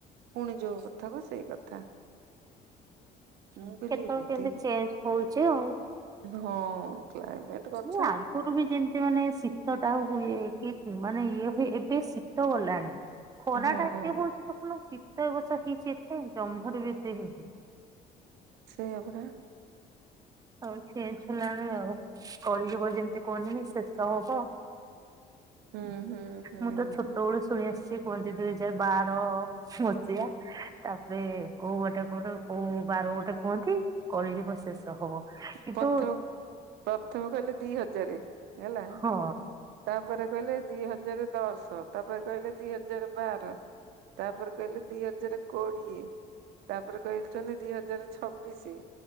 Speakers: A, on the right; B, on the right.
A: ପୁଣି ଯୋଉ କଥା କୁ ସେଇ କଥା।
B: କେତେଳେ
A: ମୁଁ କହିଲି ଏମିତି
B: କେମିତି ଚେଞ୍ଜ ହୋଉଚି ଆଉ।
A: ହଁ କ୍ଲାଇମେଟ
B: <inaudible>
A: କଥା
B: ଆଗରୁ ବି ଯେମିତି ମାନେ ଶୀତ ଟା ହୁଏ କି ମାନେ ଇଏ ହୁଏ ଏବେ ଶୀତ ଗଲାଣି। ଖରା
A: ହଁ
B: ଟା ଏତେ ହଉଛି ଦେଖୁନ ଶୀତ ଏ ବର୍ଷ ହେଇଛି ଏତେ ଜମ୍ଭାରୁ ବି ଏତେ ହେଇନି
A: ସେଇଆ ପରା।
B: ଆଉ ସିଏ ଚେଞ୍ଜ ହେଲାଣି ଆଉ କଳିଯୁଗ ଯେମିତି କୁହନ୍ତିିନି ଶେଷ ହବ।
A: ହୁଁ ହୁଁ ହୁଁ
B: ମୁଁ ତ ଛୋଟବେଳୁ ଶୁଣି ଆସିଛି। କୁହନ୍ତି ଦୁଇ ହଜାର ବାର ମସିହା ତାପରେ କୋଉ ଗୋଟେ କୋଉଠେ କୋଉ ବାର ଗୋଟେ କୁହନ୍ତି କଳିଯୁଗ ଶେଷ ହବ। କିନ୍ତୁ
A: ପ୍ରଥମ ପ୍ରଥମ କହିଲେ ଦି ହଜାର ହେଲା
B: ହଁ
A: ତାପରେ କହିଲେ ଦି ହଜାର ଦଶ ତାପରେ କହିଲେ ଦି ହଜାର ବାର ତାପରେ କହିଲେ ଦି ହଜାର କୋଡିଏ। ତାପରେ କହଛନ୍ତି ଦି ହଜାର ଛବିଶି